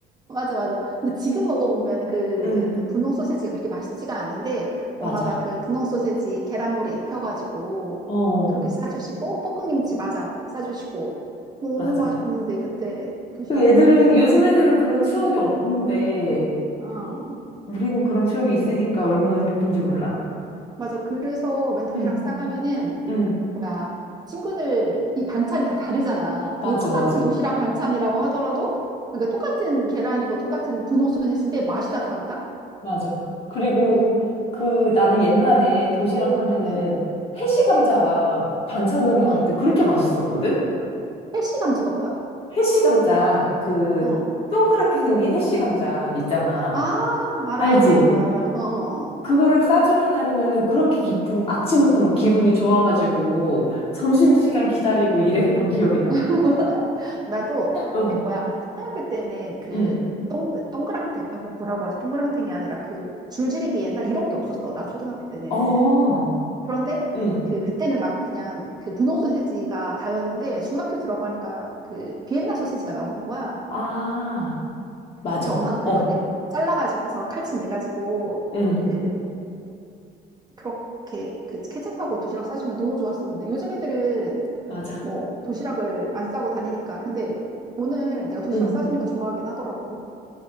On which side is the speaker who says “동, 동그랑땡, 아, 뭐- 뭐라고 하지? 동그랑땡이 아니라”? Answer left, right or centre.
Right